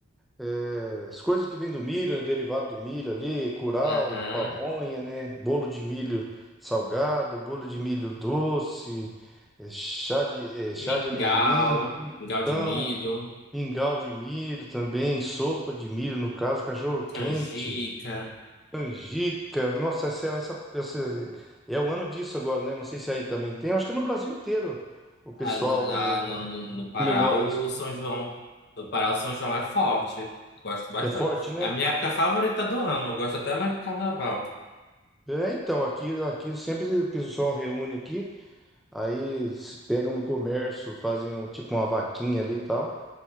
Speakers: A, in the centre; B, on the left.
A: É, As coisas que vêm do milho, né, derivado do milho ali, curau,
B: Aham.
A: pamonha, né? Bolo de milho salgado, bolo de milho doce, eh, chá de, eh, chá
B: Mingau,
A: de amendoim,
B: mingau
A: então,
B: de milho,
A: mingau de milho também, sopa de milho, no caso, cachorro
B: canjica.
A: quente, canjica. Nossa, essa, é, essa, essa é é o ano disso agora, né? Não sei se aí também tem. Eu acho que no Brasil inteiro o pessoal
B: Ah, na- na-
A: eh,
B: no, no Pará,
A: comemora
B: o
A: isso, né?
B: São João. No Pará, o São João é forte. Gosto bastante.
A: É forte, né?
B: É a minha época favorita do ano. Eu gosto até mais que carnaval.
A: É, então, aqui, aqui sempre o pessoal reúne aqui. Aí se pegam no comércio, fazem um, tipo uma vaquinha ali e tal.